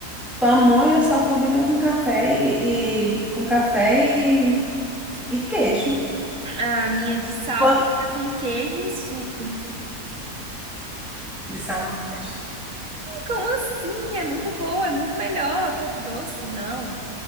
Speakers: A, in the centre; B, on the right (about 55°).
A: Pamonha só combina com café e, e- com café e, e queijo.
B: A minha de sal
A: Pã-
B: combina com queijo e suco. Hum,
A: De sal na festa.
B: Como assim? É muito boa, é muito melhor que a de doce, não.